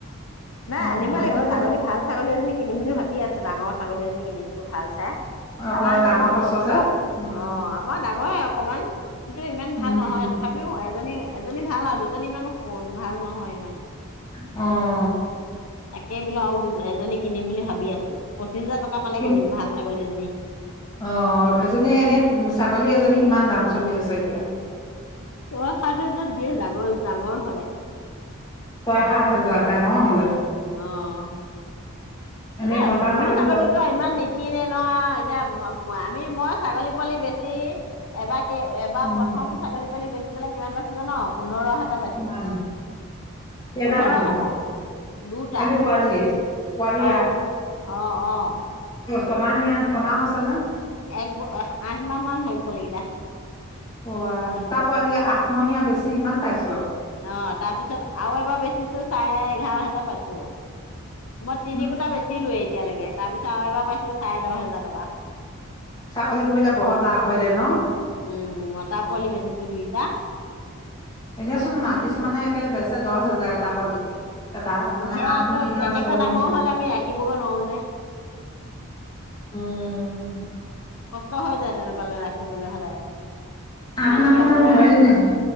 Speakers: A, on the left (about 80°); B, on the left (about 20°).
A: নাই
B: হয়
A: আনিবই
B: ভালে
A: লাগিব!
B: দে
A: ছাগলী ভাল ছাগলী এজনী কিনিম বুলি ভাবিয়ে আছোঁ, ডাঙৰ ছাগলী। এজনী কিনিম বোলো, ভাল চাই।
B: অ
A: আমাৰ কিজনী
B: ডাঙৰ সঁচ
A: ধৰ
B: যে
A: অ'
B: উম
A: আমাৰ ডাঙৰে অকমান, কিন্তু ইমান
B: উম
A: ভাল নহয় তথাপিও এজনী এজনী ভাল আৰু দুজনী ইমান ভাল নহয় ইমান।
B: অ'।
A: তাকেই বোলো আৰু দু <unintelligible> এজনী কিনিম বুলি ভাবি আছোঁ। পঁচিশ হাজাৰ টকা পালে
B: কি
A: কিনিম ভাল ছাগলী এজনী।
B: অ' এজনীয়ে এনে ছাগলী এজনী কিমান দাম চলি আছে এতিয়া?
A: ছয় সাত হাজাৰ দিয়ে! ডাঙৰ-ডাঙৰ হ'লে।
B: ছয় সাত হাজাৰ ডাঙৰ হ'লে।
A: অ'।
B: এনেই
A: এতি
B: মতা
A: বুঢ়ি
B: ছাগলী
A: ছাগলীতো
B: দহ
A: ইমান নিকিনে ন এতিয়া মই আমি মই ছাগলী পোৱালি বেছি এবাক এ এবাৰ
B: উম,
A: প্ৰথম ছাগলী পোৱালি বেছি বেচি পেলাই কিমান পাইছোঁ জান? পোন্ধৰ হা
B: নাই
A: <unintelligible>
B: কেইটা
A: পোন্ধৰ
B: বেচিছ?
A: হাজাৰ দুটা
B: খালি পোৱালিয়ে? পোৱালি
A: অ', অ', অ'।
B: ছমাহিয়া, ছমাহ হৈছেনে?
A: এক-আঠ মাহ মান হ'ল পোৱালি কিটা।
B: অ', ৱাই দুটা পোৱালি আঠমীয়া বেছি ইমান পাইছ।
A: অ', তাৰপিছত আৰু এবাৰ বেচিছো চাৰে এঘাৰ হাজাৰ পাইছোঁ। মই তিনি
B: উম,
A: কুটা বেছিলোৱে এতিয়া লৈকে, তাৰপিছত আৰু এবাৰ পাইছোঁ চাৰে দহ হা হাজাৰ টকা
B: ছাগলী পুহিলে বহুত লাভ হৈ যায় ন?
A: উম, মতা পোৱালি বেচিছো দুইটা।
B: এনেচোন মা কিছুমানে একে বেচে দচ হাজাৰ এটা পোৱালিতে। এটা মানে
A: সেয়া
B: আঠমহীয়া,
A: ত' তেনেকুৱা
B: ছয়মাহ
A: ডাঙৰ হ'লে আমি ৰাখিব গৈ নোৱাৰোঁ যে।
B: উম,
A: কষ্ট হৈ যায় তেনেকুৱালৈ ৰাখিবলৈ হ'লে।
B: আঠ
A: মালিকে
B: মাহ
A: অকলে
B: মান হয়, জানো?